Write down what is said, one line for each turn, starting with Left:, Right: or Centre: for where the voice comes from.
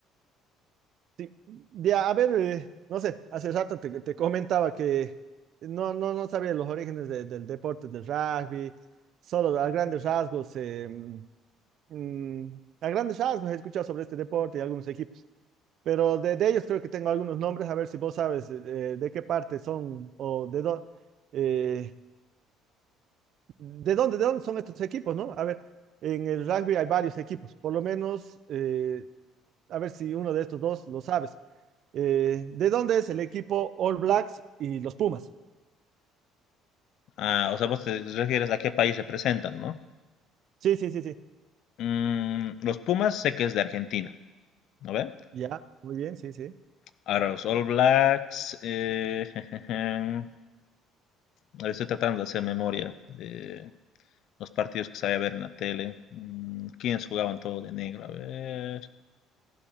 Right: Sí. De, a ver, eh, no sé, hace rato te, te comentaba que no, no, no sabía los orígenes de- del deporte, del rugby, solo a grandes rasgos, eh, mm, a grandes rasgos he escuchado sobre este deporte y algunos equipos. Pero de, de ellos creo que tengo algunos nombres, a ver si vos sabes eh, de qué parte son o de, dó- eh, de dónde, de dónde son estos equipos, ¿no? A ver, en el rugby hay varios equipos, por lo menos, eh, a ver si uno de estos dos lo sabes. Eh, ¿de dónde es el equipo All Blacks y los Pumas?
Left: Ah, o sea, vos te refieres a qué país representan, ¿no?
Right: Sí, sí, sí, sí.
Left: Mm, los Pumas sé que es de Argentina, ¿no ve?
Right: Ya, muy bien, sí, sí.
Left: Ahora los All Blacks, eh, <laughs> ahora estoy tratando de hacer memoria de los partidos que sabía ver en la tele. Mm, ¿quiénes jugaban todo de negro? A ver.